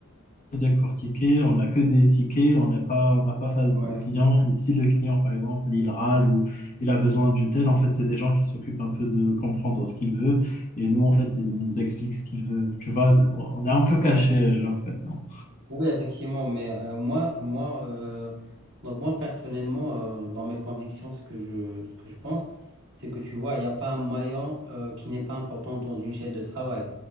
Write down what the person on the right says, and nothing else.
Ouais,
ouais,
effectivement.
Oui, effectivement, mais euh, moi, moi, euh, donc moi personnellement, euh, dans mes convictions, ce que je, ce que je pense, c'est que tu vois, il n'y a pas un maillon euh, qui n'est pas important dans une chaîne de travail.